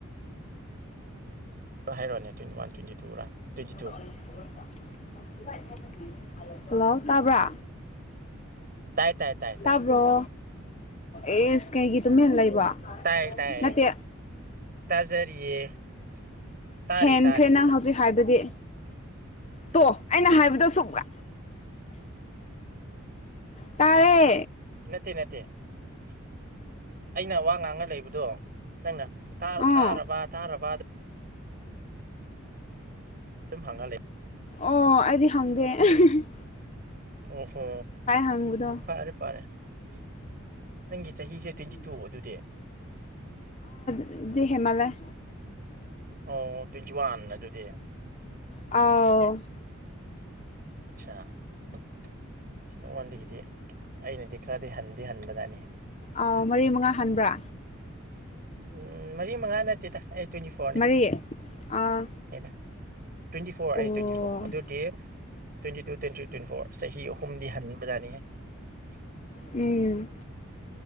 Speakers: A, on the right; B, on the left.
A: ꯍꯥꯏꯔꯣꯅꯦ twenty one twenty tour twenty two
B: <unintelligible> hello ꯇꯥꯕ꯭ꯔ
A: ꯇꯥꯏ ꯇꯥꯏ ꯇꯥꯏ ꯇꯥꯏ
B: ꯇꯥꯕ꯭ꯔꯣ ꯑꯦꯁ ꯀꯩꯒꯤ ꯇꯨꯃꯤꯟ ꯂꯩꯕ
A: ꯇꯌꯦ ꯇꯌꯦ
B: ꯅꯠꯇꯦ
A: ꯇꯖꯔꯤꯌꯦ ꯇꯔꯤ
B: ꯍꯦꯟꯈ꯭ꯔꯦ
A: ꯇꯔꯤ
B: ꯅꯪ ꯍꯧꯖꯤꯛ ꯍꯥꯏꯕꯗꯤ ꯇꯣ ꯑꯩꯅ ꯍꯥꯏꯕꯗꯣ ꯁꯨꯝꯒ ꯇꯥꯔꯦ
A: ꯅꯠꯇꯦ ꯅꯠꯇꯦ ꯑꯩꯅ ꯋꯥ ꯉꯥꯡꯉꯥ ꯂꯩꯕꯗꯣ ꯅꯪꯅ ꯇꯥꯔ
B: ꯑꯣ
A: ꯇꯥꯔꯕ ꯇꯥꯔꯕ ꯑꯗꯨꯝ ꯍꯥꯡꯉ ꯂꯩ
B: ꯑꯣ ꯑꯩꯗꯤ ꯍꯪꯗꯦ ꯑꯍꯥꯍꯥ
A: ꯑꯣ ꯍꯣ
B: ꯍꯪꯕꯗꯣ
A: ꯐꯔꯦ ꯐꯔꯦ ꯅꯪꯒꯤ ꯆꯍꯤꯁꯦ ꯇ꯭ꯋꯦꯟꯇꯤ ꯇꯨ ꯑꯗꯨꯗꯤ
B: ꯑꯗꯨꯗꯤ ꯍꯦꯃꯜꯂꯦ
A: ꯑꯣ ꯇ꯭ꯋꯦꯟꯇꯤ ꯋꯥꯟ ꯑꯗꯨꯗꯤ
B: ꯑꯥꯎ
A: ꯑꯥꯠꯁ ꯅꯪꯉꯣꯟꯗꯒꯤꯗꯤ ꯑꯩꯅꯗꯤ ꯈꯔꯗꯤ ꯍꯟꯗꯤ ꯍꯟꯕꯖꯠꯅꯤꯍꯦ
B: ꯑꯥꯎ ꯃꯔꯤ ꯃꯉꯥ ꯍꯟꯕ꯭ꯔ
A: ꯎꯝ ꯃꯔꯤ ꯃꯉꯥ ꯅꯠꯇꯦꯗ ꯑꯩ ꯇ꯭ꯋꯦꯟꯇꯤ ꯐꯣꯔꯅꯦ
B: ꯃꯔꯤ ꯑꯥ
A: ꯅꯦꯗ ꯇ꯭ꯋꯦꯟꯇꯤ ꯐꯣꯔ
B: ꯑꯣ
A: ꯑꯩ ꯇ꯭ꯋꯦꯟꯇꯤ ꯐꯣꯔ ꯑꯗꯨꯏꯗꯤ twenty two twenty three twenty four ꯆꯍꯤ ꯑꯍꯨꯝꯗꯤ ꯍꯟꯕꯖꯥꯠꯅꯤꯍꯦ
B: ꯎꯝ